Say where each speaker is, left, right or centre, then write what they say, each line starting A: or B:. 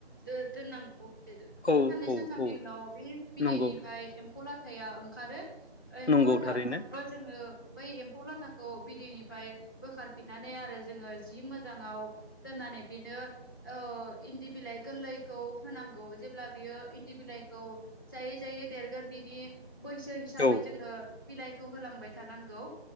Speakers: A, on the left; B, on the left.
A: दो दोननां - गौ बे ओ
B: औ
A: साननै सानथामनि
B: औ औ
A: उनाव बे बिदैनिफ्राय
B: नंगौ
A: एम्फौ लाथाया ओंखारो। एम्फौ
B: नंगौ
A: लाथा
B: थारैनो
A: ओंखारब्ला जोङो बै एम्फौ लाथाखौ बिदैनिफ्राय बोखारफिननानै आरो जोङो जि मोज जाङाव दोननानै बेनो ओ इन्दि बिलाइ गोरलैखौ होनांगौ जेब्ला बे यो इन्दि बिलाइखौ जायै जायै देरगोन बिनि बैसो हिसाबै
B: औ
A: जोङो बिलाइखौ होलांबाय थानांगौ।